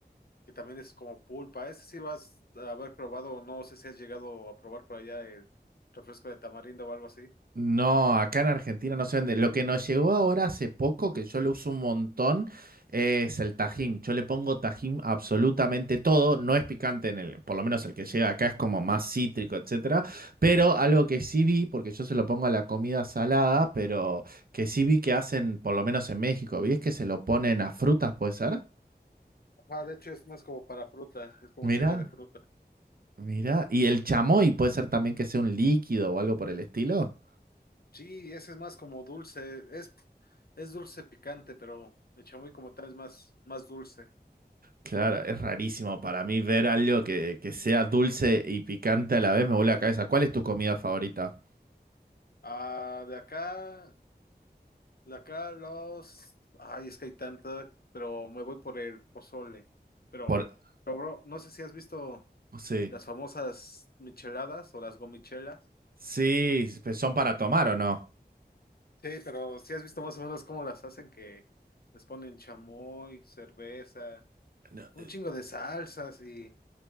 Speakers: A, on the left (about 60°); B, on the right (about 60°).
A: que también es como pulpa. Ese sí lo has de haber probado, no sé si has llegado a probar por allá el refresco de tamarindo o algo así.
B: No, acá en Argentina no se vende. Lo que nos llegó ahora hace poco, que yo lo uso un montón, es el tajín. Yo le pongo tajín a absolutamente todo. No es picante en el, por lo menos el que llega acá es como más cítrico, etcétera. Pero algo que sí vi, porque yo se lo pongo a la comida salada, pero que sí vi que hacen, por lo menos en México, vi es que se lo ponen a frutas, ¿puede ser?
A: Ah, de hecho es más como para fruta, es como
B: Mira,
A: chile de fruta.
B: mira. Y el chamoy puede ser también que sea un líquido o algo por el estilo.
A: Sí, ese es más como dulce, es, es dulce picante, pero el chamoy como tal es más, más dulce.
B: Claro, es rarísimo para mí ver algo que, que sea dulce y picante a la vez, me vuelve la cabeza. ¿Cuál es tu comida favorita?
A: Ah, de acá, de acá los... Ay, es que hay tanta, pero me voy por el pozole. Pero,
B: Por...
A: pero bro, no sé si has visto
B: Sí.
A: las famosas micheladas o las gomichelas.
B: Sí, pero ¿son para tomar o no?
A: Sí, pero si has visto más o menos cómo las hacen, que les ponen chamoy, cerveza,
B: No.
A: un chingo de salsas y...